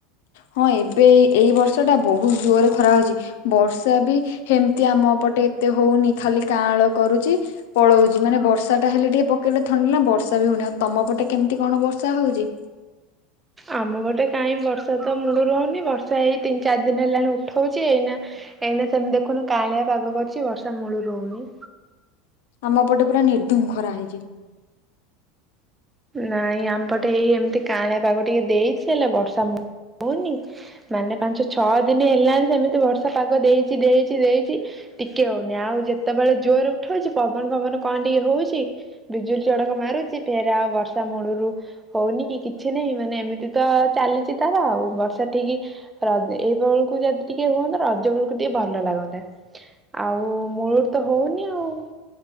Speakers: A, on the left; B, on the right.
A: ହଁ ଏବେ ଏଇ ଏଇ ବର୍ଷ ଟା ବହୁତ ଜୋରରେ ଖରା ହଉଛି ବର୍ଷା ବି ହେମିତି ଆମ ପଟେ। ଏତେ ହଉନି ଖାଲି କାଁଳ କରୁଛି ପଳଉଛି ମାନେ ବର୍ଷା ଟା ହେଲେ ଟିକେ ପକେଇଲେ ଥଣ୍ଡି ଲ ନା ବର୍ଷା ବି ହଉନି ତମ ପଟେ କେମିତି କଣ ବର୍ଷା ହଉଛି?
B: ଆମ ପଟେ କାଇଁ ବର୍ଷା ତ ମୂଳ ରୁ ହଉନି ବର୍ଷା ଏଇ ତିନି ଚାରି ଦିନ ହେଲାଣି ଉଠଉଛି ଏଇନା। ଏଇନା ସେମିତି ଦେଖୁନୁ କାଆଁଳିଆ ପାଗ କରିଛି ବର୍ଷା ମୂଳୁରୁ ହଉନି।
A: ଆମପଟେ ପୁରା ନିର୍ଦ୍ଧୁମ ଖରା ହେଇଛି।
B: ନାଇଁ ଆମପଟେ ଏଇ ଏମିତି କାଆଁଳିଆ ପାଗ ଟିକେ ଦେଇଛି ହେଲେ ବର୍ଷା ମୁ ହଉନି ମାନେ ପାଞ୍ଚ ଛଅ ଦିନ ହେଲାଣି ସେମିତି ବର୍ଷା ପାଗ ଦେଇଛି ଦେଇଛି ଦେଇଛି। ଟିକେ ହଉନି ଆଉ ଯେତେବେଳେ ଜୋରରେ ଉଠଉଛି ପବନ ଫବନ କଣ ଟିକେ ହଉଛି ବିଜୁଳି ଚଢକ ମାରୁଚି ଫେ ରେ ଆଉ ବର୍ଷା ମୂଳୁରୁ ହଉନି କି କିଛି ନାହିଁ ମାନେ ଏମିତି ତ ଚାଲିଛି ତାର ଆଉ ବର୍ଷା ଠିକ। ଇ ର ଏଇବେଳକୁ ଯଦି ଟିକେ ହୁଅନ୍ତା ରଜ ବେଳକୁ ଟିକେ ଭଲ ଲାଗନ୍ତା ଆଉ। ମୂଳୁରୁ ତ ହଉନି ଆଉ।